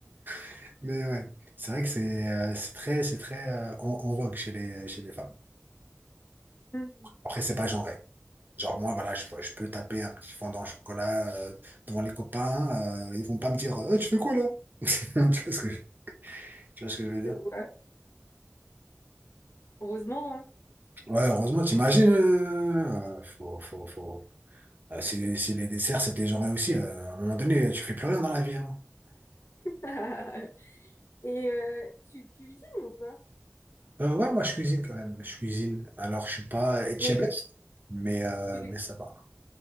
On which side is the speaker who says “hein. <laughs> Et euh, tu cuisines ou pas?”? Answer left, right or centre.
Left